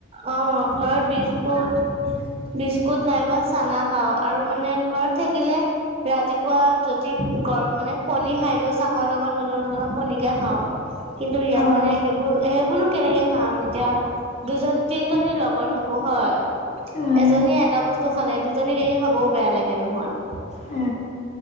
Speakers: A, on the right; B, on the left.
A: অ ঘৰত বিজবুৰ বিস্কুত নাইবা চানা খাও আৰু মানে ঘৰত থাকিলে ৰাতিপুৱা যদি গৰম মানে কণী খাই দিও চাহৰ লগত হলেও নহলেও কণীকে খাওঁ। কিন্তু ইয়াত
B: অ',
A: মানে সেইবোৰ সেইবোৰনো কেনেকে খাম এতিয়া। দুজন তিনিজনী লগৰ থাকো হয়।
B: উম,
A: এজনীয়ে এটা বস্তু খালে দুজনীক এৰি খাবও বেয়া লাগে নহয়।
B: উ।